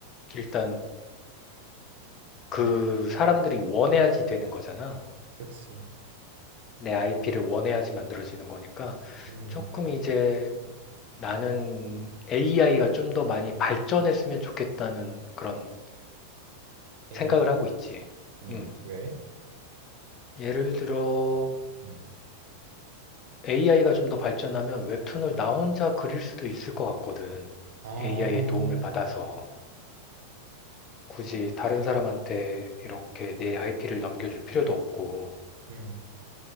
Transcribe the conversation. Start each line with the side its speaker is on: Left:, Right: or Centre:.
Left: 일단 그
Right: 음.
Left: 사람들이 원해야지 되는 거잖아.
Right: 그치.
Left: 내 IP를 원해야지 만들어지는 거니까
Right: 음,
Left: 조금 이제 나는 AI가 좀 더 많이 발전했으면 좋겠다는 그런
Right: AI.
Left: 생각을 하고 있지.
Right: 음,
Left: 음.
Right: 왜?
Left: 예를 들어
Right: 음.
Left: AI가 좀 더 발전하면 웹툰을 나 혼자 그릴 수도 있을 것 같거든.
Right: 아, 어,
Left: AI의 도움을 받아서 굳이 다른 사람한테 이렇게 내 IP를 넘겨줄 필요도 없고.
Right: 음,